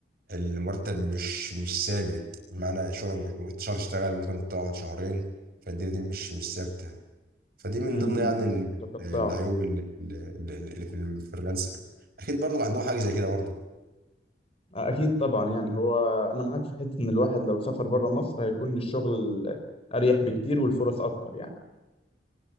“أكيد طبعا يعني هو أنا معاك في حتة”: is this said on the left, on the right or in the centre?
Left